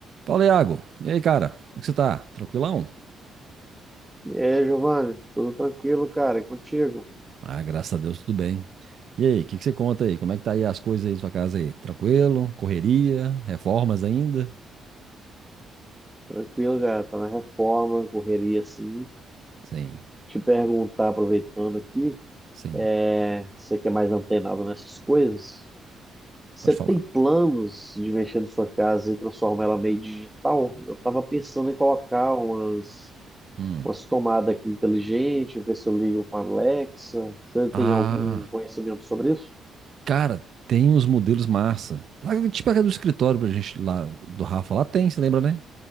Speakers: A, on the right (about 60°); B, in the centre.
A: Fala, Iago. E aí, cara? Como que você tá? Tranquilão?
B: E aí, Giovanni, tudo tranquilo, cara? E contigo?
A: Ah, graças a Deus, tudo bem. E aí, o que que você conta aí? Como é que tá aí as coisas aí na sua casa aí? Tranquilo? Correria? Reformas ainda?
B: Tranquilo, cara. Tá na reforma, correria assim.
A: Sim,
B: Te perguntar, aproveitando aqui,
A: sim.
B: é, você que é mais antenado nessas coisas, você
A: Pode
B: tem
A: falar.
B: planos de mexer na sua casa e transformar ela meio digital? Eu tava pensando em colocar umas,
A: Hum.
B: umas tomadas aqui inteligentes, ver se eu ligo com a Alexa. Você tem
A: Ah,
B: algum conhecimento sobre isso?
A: cara, tem uns modelos massa. Sabe, tipo aquela do escritório pra gente lá, do Rafa, lá tem, você lembra, né?